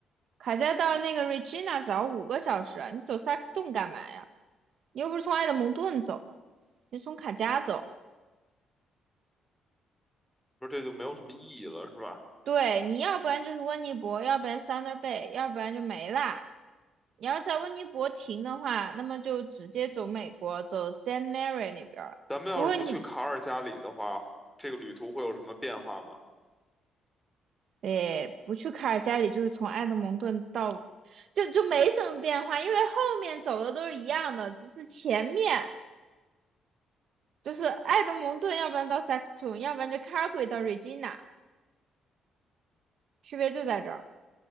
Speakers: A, on the right; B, in the centre.
A: 卡加到那个 Regina 只要五个小时，你走萨克斯 t 干嘛呀？你又不是从埃德蒙顿走，你是从卡加走。
B: 说这就没有什么意义了，是吧？
A: 对，你要不然就是温尼伯，要不然 Thunder Bay，要不然就没啦。你要是在温尼伯停的话，那么就直接走美国，走 Saint Mary 那边儿。
B: 咱们要是不去卡尔加里的话，
A: 如果你
B: 这个旅途会有什么变化吗？
A: 诶，不去卡尔加里，就是从埃德蒙顿到，就就没什么变化，因为后面走的都是一样的，只是前面就是埃德蒙顿，要不然到 Saxton，要不然就 c a l g a y 到 Regina，区别就在这儿。